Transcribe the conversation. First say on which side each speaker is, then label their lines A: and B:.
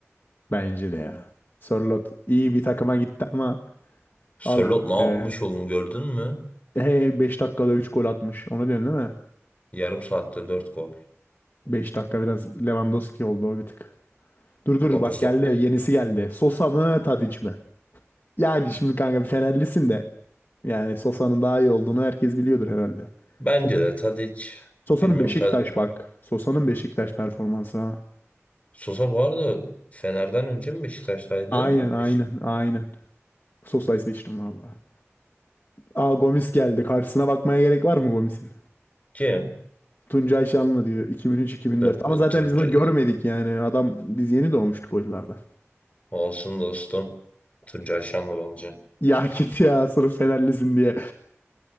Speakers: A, on the left; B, on the left.
A: Bence de ya. Sörloth iyi bir takıma gitti ama
B: Sörloth
A: al.
B: ne yapmış
A: Ee,
B: oğlum gördün mü?
A: He 5 dakikada 3 gol atmış. Onu diyorsun değil mi?
B: Yarım saatte 4 gol.
A: 5 dakika biraz Lewandowski oldu o bir tık. Dur dur
B: 9
A: bak geldi
B: dakika.
A: yenisi geldi. Sosa mı Tadic mi? Yani şimdi kanka Fenerlisin de yani Sosa'nın daha iyi olduğunu herkes biliyordur herhalde.
B: Bence
A: So-
B: de Tadic.
A: Sosa'nın
B: Bilmiyorum.
A: Beşiktaş bak. Sosa'nın Beşiktaş performansı ha.
B: Sosa bu arada Fener'den önce mi Beşiktaş'taydı?
A: Aynen aynen
B: Beşik
A: aynen. Sosa'yı seçtim valla. Aa Gomis geldi. Karşısına bakmaya gerek var mı Gomis'in?
B: kim?
A: Tuncay Şanlı diyor 2003-2004.
B: T-
A: Ama zaten
B: Tunca.
A: biz bunu görmedik yani. Adam biz yeni doğmuştuk o yıllarda.
B: Olsun dostum. Tuncay Şanlıbelci.
A: Ya git ya sırf Fenerlisin diye.